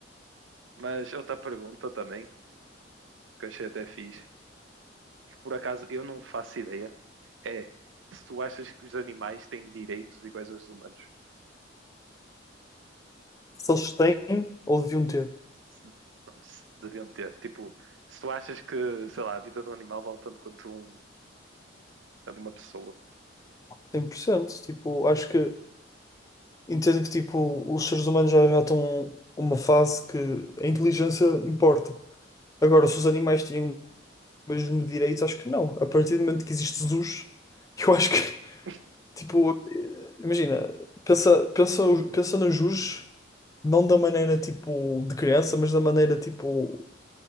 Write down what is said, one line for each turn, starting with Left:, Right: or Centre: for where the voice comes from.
Right: Mas outra pergunta também, que eu achei até fixe, que por acaso eu não faço ideia, é se tu achas que os animais têm direitos iguais aos humanos.
Left: se eles têm ou deviam ter.
Right: Se- Pronto, se deviam ter. Tipo, se tu achas que, sei lá, a vida de um animal vale tanto quanto um, a de uma pessoa.
Left: cem por cento Tipo, acho que entendo que tipo, os seres humanos já, já estão numa fase que a inteligência importa. Agora, se os animais tinham o mesmo direito, acho que não. A partir do momento que existe Jesus, <laughs> eu acho que, <laughs>
Right: <laughs>
Left: tipo, imagina, pensa, pensa, pensa no Jesus, não da maneira tipo de criança, mas da maneira tipo